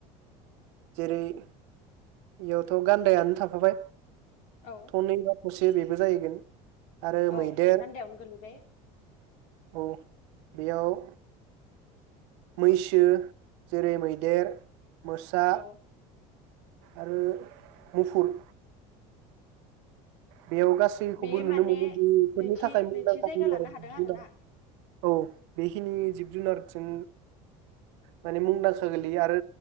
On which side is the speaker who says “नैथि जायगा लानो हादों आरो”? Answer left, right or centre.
Left